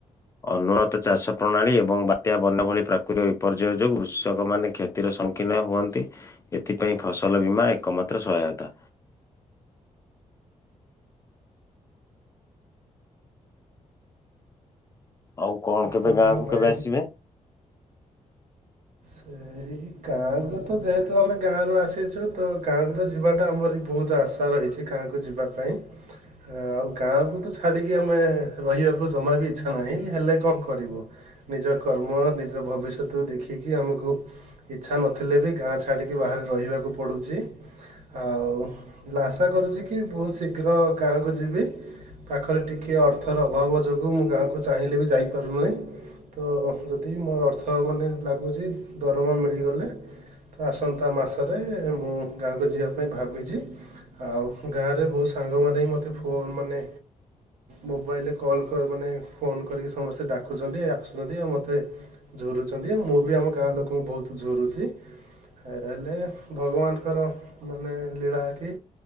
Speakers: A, on the left; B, on the right.
A: ଅନୁନତ ଚାଷ ପ୍ରଣାଳୀ ଏବଂ ବାତ୍ୟା ବନ୍ୟା ଭଳି ପ୍ରାକୃତିକ ବିପର୍ଯ୍ୟୟ ଯୋଗୁଁ କୃଷକମାନେ କ୍ଷତିର ସମ୍ୟୁଖିନ ହୁଅନ୍ତି। ଏଥିପାଇଁ ଫସଲ ବୀମା ଏକମାତ୍ର ସହାୟତା। ଆଉ କଣ କେବେ
B: ହଁ
A: ଗାଁକୁ
B: ଭାଇ
A: କେବେ ଆସିବେ?
B: ସେ ଇ। ଗାଁକୁ ତ ଯେହେତୁ ଆମେ ଗାଁରୁ ଆସିଛୁ ତ ଗାଁକୁ ତ ଯିବାଟା ଆମର ବହୁତ ଆଶା ରହିଛି ଗାଁକୁ କୁ ଯିବା ପାଇଁ। ଆଁ ଆଉ ଗାଁକୁ ତ ଛାଡିକି ଆମେ ରହିବାକୁ ଜମା ବି ଇଚ୍ଛା ନାହିଁ ହେଲେ କଣ କରିବୁ। ନିଜ କର୍ମ ନିଜ ଭବିଷ୍ୟତକୁ ଦେଖିକି ଆମକୁ ଇଚ୍ଛା ନଥିଲେ ବି ଗାଁ ଛାଡ଼ିକି ବାହାରେ ରହିବାକୁ ପଡ଼ୁଛି। ଆଉ ଲା ଆଶା କରୁଛି କି ବହୁତ ଶୀଘ୍ର ଗାଁକୁ ଯିବି। ପାଖରେ ଟିକିଏ ଅର୍ଥର ଅଭାବ ଯୋଗୁଁ ମୁଁ ଗାଁକୁ ଚାହିଁଲେ ବି ଯାଇପାରୁନାହିଁ। ତ ଯଦି ମୋର ଅର୍ଥ ମାନେ ଲାଗୁଛି ଦରମା ମିଳିଗଲେ ଆସନ୍ତା ମାସରେ ମୁଁ ଗାଁକୁ ଯିବା ପାଇଁ ଭାବୁଚି। ଆଉ ଗାଁରେ ବହୁତ ସାଙ୍ଗମାନେ ହିଁ ମତେ ଫୋନ୍ ମାନେ ମୋବାଇଲରେ କଲ୍ କରି ମାନେ ଫୋନ୍ କରିକି ସମସ୍ତେ ଡାକୁଛନ୍ତି ଆସୁଛନ୍ତି ଆଉ ମୋତେ ଝୁରୁଛନ୍ତି ମୁଁ ବି ଆମ ଗାଁ ଲୋକଙ୍କୁ ଝୁରୁଛି ହେଲେ ଭଗବାନଙ୍କର ମାନେ ଲୀଳା କି